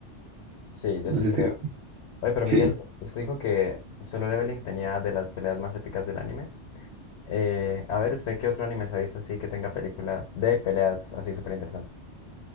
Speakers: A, on the left; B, on the right.
A: Sí, yo
B: No
A: sí
B: sé,
A: creo.
B: si-
A: Oye, pero
B: sí.
A: Miguel, usted dijo que Solo Leveling tenía de las peleas más épicas del anime. Eh, a ver, ¿usted qué otro anime se ha visto así que tenga películas de peleas así súper interesantes?